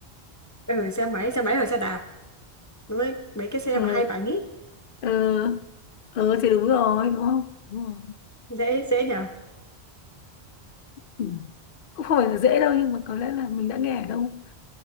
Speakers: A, on the left; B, on the left.
A: Ừ, xe máy, xe máy hoặc xe đạp đúng đấy mấy cái xe
B: ờ
A: mà hai bánh ấy
B: ờ ờ thì đúng rồi đúng không đúng rồi
A: dễ dễ nhở
B: ừ. cũng không phải là dễ đâu nhưng mà có lẽ là mình đã nghe ở đâu